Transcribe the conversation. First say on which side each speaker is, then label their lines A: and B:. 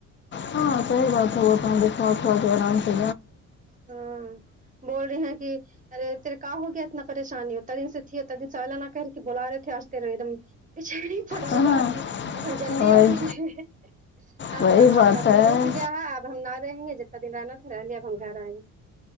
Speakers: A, on the left; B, on the right.
A: ہاں صحیح بات ہے وہ تو سات آرام سے
B: ہاں بول رہی ہیں کہ ارے تیرے کہ ہو گیا اتنا پریشانی اتتا دن سے تھی اتنا دن سالانہ کہ کے بلا رہے تھے آج تیرے ایک دم <inaudible> پڑا
A: ہاں
B: ہوا کہ اتن جلدی
A: وہی
B: آؤے
A: وہی
B: بولا ہاں
A: بات
B: میرا
A: ہے
B: دل اٹھ گیا ہے اب ہم نہ رہیں گے جتنا دن رہنا تھا رہے اب ہم گھر آئیں گے